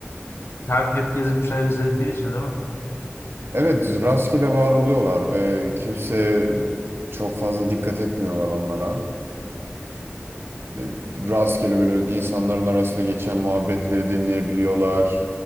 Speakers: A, on the left; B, on the right.
A: Her hep gezip bir şeyler izledikleri için değil mi?
B: Evet, rastgele var oluyorlar ve kimse çok fazla dikkat etmiyorlar onlara. E, Rastgele böyle insanların arasında geçen muhabbetleri dinleyebiliyorlar.